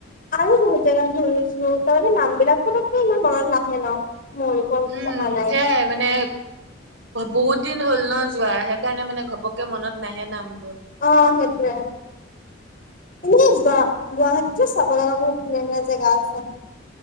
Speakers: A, on the left; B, on the right.
A: আৰু বহুত জেগা ধৃঘূৰিছো তাৰমানে নাম বিলাক পতককে ইমান মনত নাহে ন মোৰ ওপৰত
B: উম
A: অহা নাই
B: সেয়াই মানে বহুত দিন হ'ল ন যোৱাৰ সেইকাৰণে মানে ঘপককে মনত নাহে নাম
A: অ সেইটোৱে এ গ গুৱাহাটীতো চাব লগা বহুত ধুনীয়া ধুনীয়া জেগা আছে